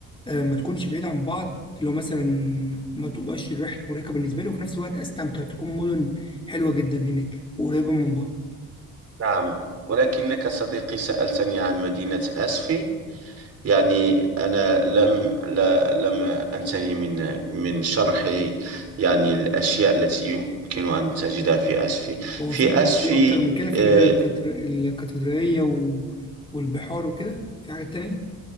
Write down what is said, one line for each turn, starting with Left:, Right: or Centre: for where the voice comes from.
Left: آه، ما تكونش بعيدة عن بعض لو مثلا ما تبقاش الرحلة مرهقة بالنسبة لي وفي نفس الوقت استمتع تكون مدن حلوة جدا هناك وقريبة من بعض
Right: نعم ولكنك صديقي سألتني عن مدينة أسفي يعني أنا لم لا لم أنتهي من من شرح يعني الأشياء التي يمكن أن تجدها في أسفي
Left: هو
Right: في
Left: في
Right: أسفي
Left: في اكتر من كده في
Right: آه،
Left: غير الكاتر- الكاتدرائية و- والبحار وكده في حاجة تانية